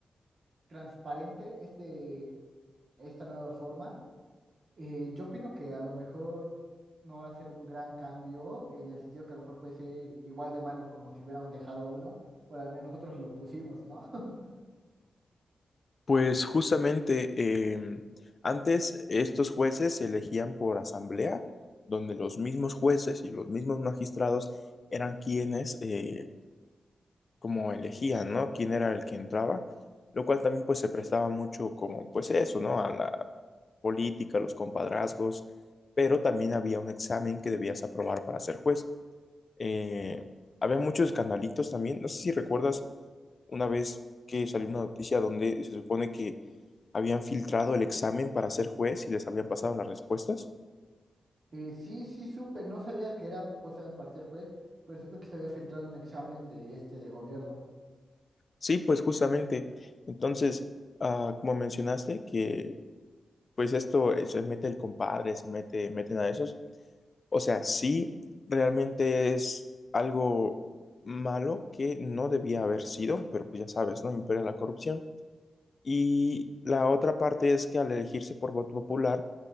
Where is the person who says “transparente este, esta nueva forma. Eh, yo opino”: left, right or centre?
Right